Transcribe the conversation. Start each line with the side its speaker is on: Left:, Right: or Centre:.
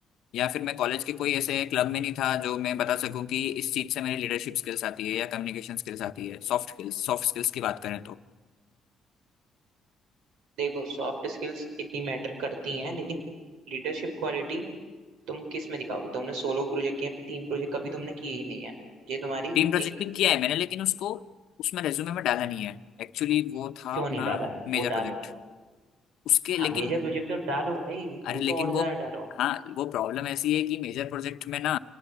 Left: या फिर मैं कॉलेज के कोई ऐसे क्लब में नहीं था जो मैं बता सकूं कि इस चीज से मेरी लीडरशिप स्किल्स आती है या कम्युनिकेशन स्किल्स आती है सॉफ्ट स्किल्स सॉफ्ट स्किल्स की बात करें तो
Right: देखो सॉफ्ट स्किल्स इतनी मैटर करती हैं लेकिन लीडरशिप क्वालिटी तुम किस में दिखाओगे तुमने सोलो प्रोजेक्ट किया टीम प्रोजेक्ट कभी तुमने किए ही नहीं है ये तुम्हारी
Left: टीम प्रोजेक्ट
Right: एक
Left: भी किया है मैंने लेकिन उसको उसमें रेज्यूमे में डाला नहीं है एक्चुअली वो था
Right: क्यों
Left: अपना
Right: नहीं डाला है वो
Left: मेजर
Right: डालो
Left: प्रोजेक्ट उसके लेकिन
Right: हाँ मेजर प्रोजेक्ट तो डालो भाई
Left: अरे
Right: वो
Left: लेकिन
Right: तो और
Left: वो
Right: ज्यादा डालो
Left: हाँ वो प्रॉब्लम ऐसी है कि मेजर प्रोजेक्ट में ना